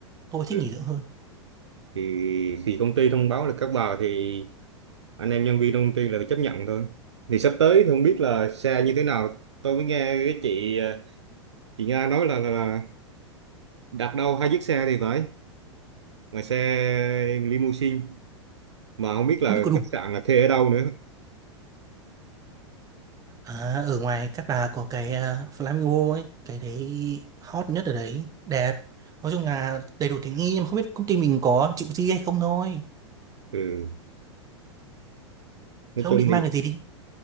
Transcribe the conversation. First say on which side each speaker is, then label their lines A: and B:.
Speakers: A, on the right; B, on the right.
A: tôi
B: Ừ.
A: thích nghỉ dưỡng hơn
B: thì thì công ty thông báo là các bà thì anh em nhân viên trong công ty là phải chấp nhận thôi thì sắp tới thì không biết là xe như thế nào tôi mới nghe cái chị à, chị Nga nói là, là, là đặt đâu hai chiếc xe thì phải mà xe limousine mà không biết là
A: không biết có đủ
B: khách sạn là thuê ở đâu nữa
A: À, ở ngoài Cát Bà có cái à, Flamingo ấy, cái đấy hot nhất ở đấy, đẹp. Nói chung là đầy đủ tiện nghi nhưng mà không biết công ty mình có chịu chi hay không thôi.
B: ừ. nói
A: Thế ông
B: chung
A: định
B: thì
A: mang cái gì đi?